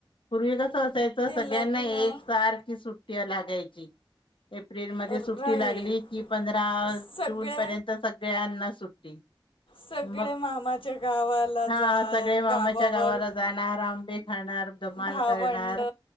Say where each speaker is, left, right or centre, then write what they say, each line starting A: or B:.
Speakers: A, on the left; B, on the left.
A: पूर्वी कसं असायचं, सगळ्यांना
B: लग्न
A: एक सारखी सुट्टी या लाग गायची. एप्रिलमध्ये
B: राहे
A: सुट्टी लागली की पंधरा
B: सगळे
A: जून पर्यंत सगळ्यांना सुट्टी.
B: सगळे
A: मग
B: मामाच्या गावाला
A: हा
B: जा
A: सगळे मामाच्या
B: गावावर.
A: गावाला जाणार आंबे खाणार. धमाल
B: भावंड
A: करणार